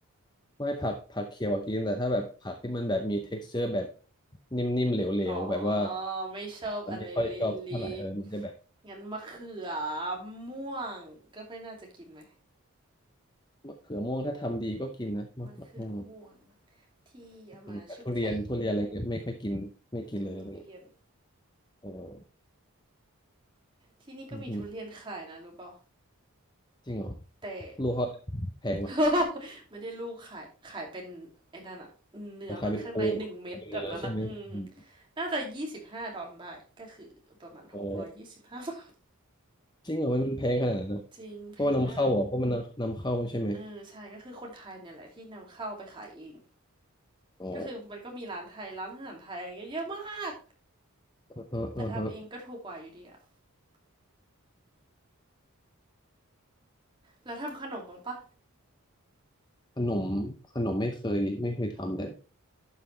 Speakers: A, on the left; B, on the right.
A: ไม่ผักผักเขียวอะกินแต่ถ้าแบบผักที่มันแบบมี texture แบบนิ่มๆเหลวๆ
B: อ๋อ
A: แบบว่า
B: ไม่ชอบอะไรเละ
A: มันไม่ค่อยชอบเท่าไหร่เออมันจะแบบ
B: ๆงั้นมะเขือม่วงก็ไม่น่าจะกินไหม
A: มะเขือม่วงถ้าทำดีก็กินนะมะเขือม่วง
B: มะเขือม่วงที่เอามาชุบไข่
A: อืมแต่ทุเรียนทุเรียนอะไรเงี้ยไม่ค่อยกินไม่กินเลยอะไรเงี้ย
B: ทุเรียน
A: เออ
B: ที่นี่ก็มีทุเรียนขายนะรู้เปล่า
A: อือฮึจริงเหรอ
B: แต่
A: ลูกเขาแพงป่ะ
B: <laughs> ไม่ได้ลูกขายขายเป็นไอ้นั่นอะเนื้อมันข้างในหนึ่งเม็ดแบบนั้นอะอืม
A: เขาขายเป็นโพขายเป็นเนื้อใช่ไหมอืม
B: น่าจะยี่สิบห้าดอลลาร์ได้ก็คือประมาณหกร้อยยี่สิบห้าบาท
A: โอ้จริงเหรอมันแพงขนาดนั้นนะ
B: <laughs> จริงแพงมาก
A: เพราะว่านำเข้าเหรอเพราะมันนำนำเข้าใช่ไหม
B: เออใช่ก็คือคนไทยเนี่ยแหละที่นำเข้าไปขายเอง
A: อ๋อ
B: ก็คือมันก็มีร้านไทยร้านอาหารไทยอะไรเงี้ยเยอะมาก
A: อือฮะอือฮะ
B: แต่ทำเองก็ถูกกว่าอยู่ดีอะแล้วทำขนมบ้างปะ
A: ขนมขนมไม่เคยไม่เคยทำเลย